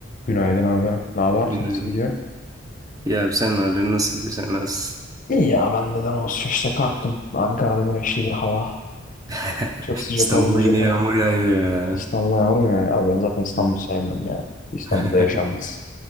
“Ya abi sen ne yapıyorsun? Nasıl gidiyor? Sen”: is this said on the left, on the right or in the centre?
Right